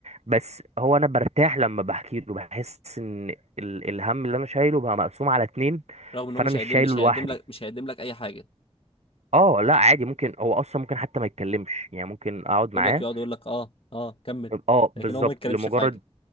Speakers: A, on the right; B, on the left.
A: بس هو انا برتاح لما بحكي له بحس ان ال- الهم اللي انا شايله بقى مقسوم على اتنين
B: رغم ان هو
A: فانا
B: مش
A: مش
B: هيقدم
A: شايله
B: مش
A: لوحدي
B: هيقدم لك مش هيقدم لك اي حاجه
A: اه لا عادي ممكن هو اصلا ممكن حتى ما يتكلمش يعني ممكن اقعد
B: يقول
A: معاه
B: لك يقعد يقول لك اه اه كمل
A: اه
B: لكن
A: بالظبط
B: هو ما يتكلمش
A: لمجرد
B: في حاجه